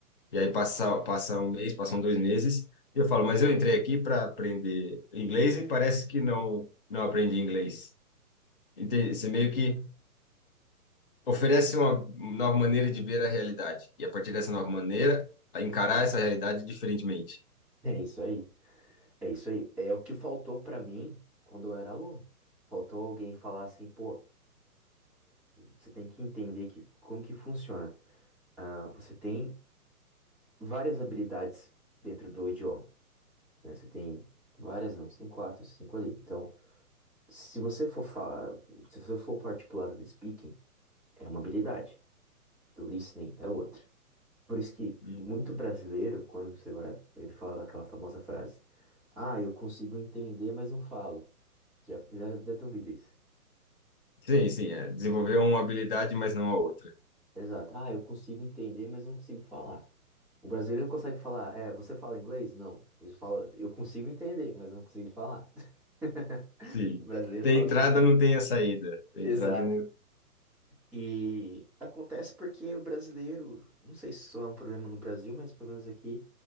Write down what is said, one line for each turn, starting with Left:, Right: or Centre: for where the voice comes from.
Left: E aí passa, passa um mês, passam dois meses, e eu falo, mas eu entrei aqui para aprender inglês e parece que não, não aprendi inglês. Entende? Você meio que oferece uma nova maneira de ver a realidade. E a partir dessa nova maneira, a encarar essa realidade diferentemente.
Centre: É isso aí. É isso aí. É o que faltou pra mim quando eu era aluno. Faltou alguém falar assim, pô, você tem que entender que, como que funciona. Ah, você tem várias habilidades dentro do idioma. né? Você tem várias, não, você tem quatro, cinco ali. Então, se você for falar, se você for partir pro lado do speaking, é uma habilidade. Do listening é outra. Por isso que
Left: Uhum.
Centre: muito brasileiro, quando você vai, ele fala aquela famosa frase: Ah, eu consigo entender, mas não falo. Já, já deve ter ouvido isso.
Left: Sim, sim, é desenvolver uma habilidade, mas não a outra.
Centre: Exato. Ah, eu consigo entender, mas não consigo falar. O brasileiro não consegue falar, é, você fala inglês? Não. Ele fala, eu consigo entender, mas não consigo falar. <laughs>
Left: Sim.
Centre: O brasileiro
Left: Tem
Centre: fala
Left: entrada,
Centre: sempre.
Left: não tem a saída.
Centre: Exato.
Left: Tem entrada, e não-
Centre: E acontece porque o brasileiro, não sei se isso é um problema no Brasil, mas pelo menos aqui